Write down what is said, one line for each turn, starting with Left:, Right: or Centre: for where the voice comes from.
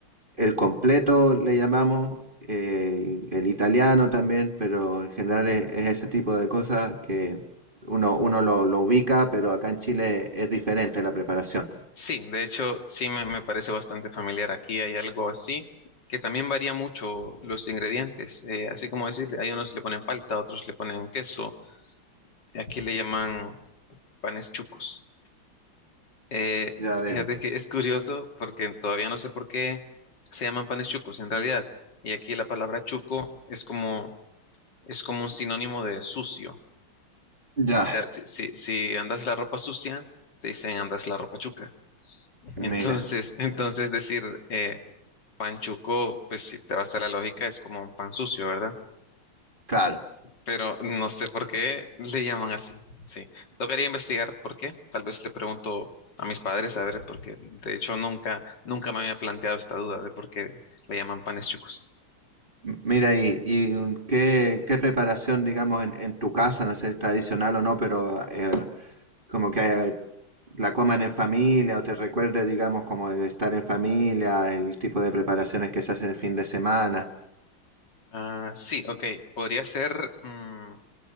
Right: el completo le llamamos, eh, el italiano también, pero en general es, es ese tipo de cosas que uno, uno lo, lo ubica, pero acá en Chile es diferente la preparación.
Left: Sí, de hecho, sí me, me parece bastante familiar. Aquí hay algo así que también varía mucho los ingredientes. Eh, así como decís, hay unos le ponen palta, otros le ponen queso. Aquí le llaman panes chucos. Eh,
Right: Ya veo.
Left: fíjate que es curioso porque todavía no sé por qué se llaman panes chucos en realidad. Y aquí la palabra chuco es como, es como un sinónimo de sucio.
Right: Ya,
Left: sea, si, si, si andas la ropa sucia, te dicen andas la ropa chuca.
Right: mira,
Left: Entonces, <laughs> entonces decir eh, pan chuco, pues si te vas a la lógica, es como un pan sucio, ¿verdad?
Right: claro.
Left: Pero no sé por qué le llaman así. Sí, tocaría investigar por qué. Tal vez le pregunto a mis padres a ver, porque de hecho nunca, nunca me había planteado esta duda de por qué le llaman panes chucos.
Right: M- Mira, y, y un- qué, qué preparación, digamos, en, en tu casa, no sé, tradicional o no, pero eh, como que la coman en familia o te recuerde, digamos, como el estar en familia, el tipo de preparaciones que se hacen el fin de semana.
Left: Ah, sí, ok. Podría ser mm,